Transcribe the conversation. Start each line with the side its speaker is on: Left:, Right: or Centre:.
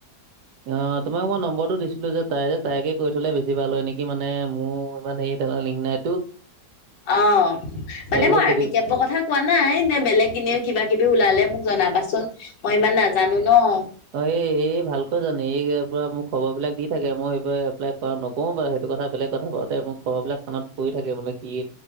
Right: অঁ তোমাক মই নম্বৰটো দিছিলো যে তাই যে তাইকে কৈ থ'লে বেছি ভাল হয় নেকি মানে মোৰ ইমান হেৰিত এটা লিং নাই
Left: অঁ,
Right: তাই
Left: মানে মই
Right: যে
Left: আৰ্মী
Right: সুধি
Left: কেম্পৰ কথা কোৱা নাই নে বেলেগ এনেও কিবা কিবি ওলালে মোক জনাবাচোন মই ইমান নাজানো ন!
Right: অঁ এই এই ভালকৈ জানে এই <inaudible> পৰা মোক খবৰ বিলাক দি থাকে মই <inaudible> এপ্লাই কৰা ন কওঁ বাৰু সেইটো কথা বেলেগ কথা বাৰু তাই মোক খবৰ বিলক বিলাক <inaudible> পৰি থাকে <inaudible> কি